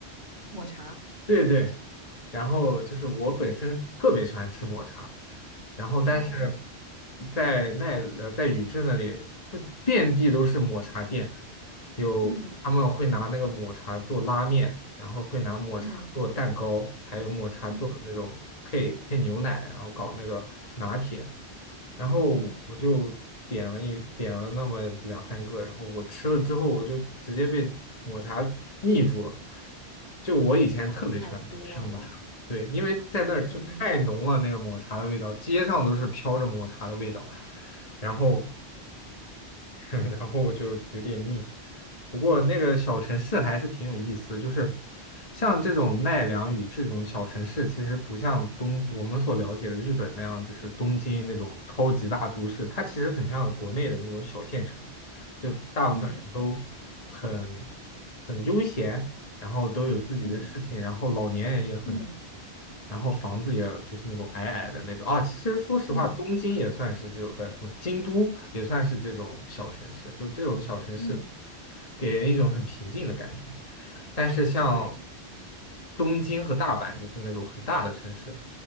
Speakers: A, on the left (about 65°); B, on the left (about 35°).
A: 抹茶。
B: 对对，然后就是我本身特别喜欢吃抹茶，然后但是
A: 哦，
B: 在奈呃在宇智那里就遍地都是抹茶店，有他们会拿那个抹茶做拉面，
A: 嗯
B: 然后会拿抹茶做蛋糕，
A: 嗯
B: 还有抹茶做那种配配牛奶，
A: 嗯
B: 然后搞那个拿铁。然后我就点了一点了那么两三个，
A: 嗯。
B: 然后我吃了之后，我就直接被抹茶腻住了。就我以前特别喜欢吃抹茶，
A: 啊，太多了，
B: 对，因为在那儿就太浓了，
A: 嗯
B: 那个抹茶的味道，街上都是飘着抹茶的味道。然后 <laughs> 然后我就有点腻。不过那个小城市还是挺有意思的，就是像这种奈良与这种小城市，其实不像东我们所了解的日本那样，就是东京那种超级大都市，它其实很像国内的那种小县城，就大部分人都很
A: 嗯
B: 很悠闲，然后都有自己的事情，
A: 嗯
B: 然后老年人也很，
A: 嗯
B: 然后房子也就是那种矮矮的那种啊。其实说实话，
A: 嗯
B: 东京也算是这种，不是什么京都也算是这种小城市，就这种小城市
A: 嗯，
B: 给人一种很平静的感觉。但是像
A: 对，
B: 东京和大阪，就是那种很大的城市，